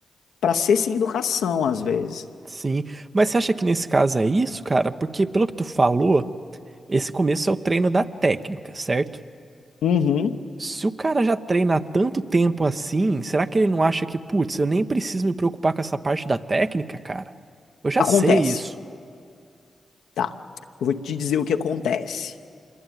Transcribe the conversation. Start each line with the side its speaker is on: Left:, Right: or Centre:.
Left: para ser sem educação às vezes.
Right: sim. Mas você acha que nesse caso é isso, cara? Porque pelo que tu falou, esse começo é o treino da técnica, certo?
Left: Uhum.
Right: Se o cara já treina há tanto tempo assim, será que ele não acha que, putz, eu nem preciso me preocupar com essa parte da técnica, cara? Eu já
Left: Acontece.
Right: sei isso.
Left: Tá, eu vou te dizer o que acontece.